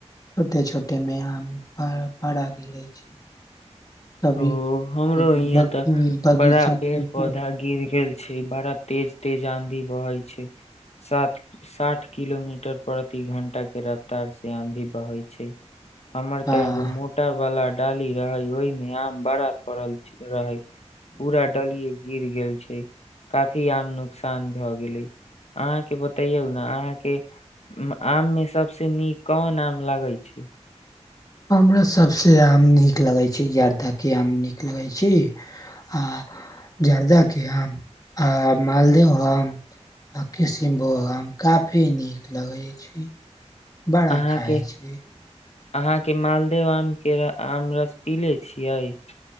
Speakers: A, on the left; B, on the left.
A: छोटे छोटे मेम बड़ा गिरै छै कभी
B: ओ हमरो इहाँ
A: बगीचामे
B: तऽ बड़ा पेड़ पौधा गिर गेल छै बड़ा तेज तेज आंधी बहै छै साात साठ किलोमीटर प्रति घं्टा के रफ्तार से आंधी बहै छै हमर त
A: हां
B: ई ग मूटाा बला डाली रहै ओहिमे बड़ा पड़ल रहे पूरा डलिये गिर गेल छै काफी आम नुकसान भए गेले अहाँके बतैयौ ने अहाँके आम मे सबस नीक कन आम लागै छै
A: हमरा सभसँ आम नीक लगैत छै जर्दाके आम नीक लगैत छै आ जर्दाके आम आ मालदेह आम आ किशनभोहग आम काफी नीक लगै छै बड़ा
B: अहाँके
A: खाइ छी
B: अहाँके मालदेव आम के आम रस पीले छियै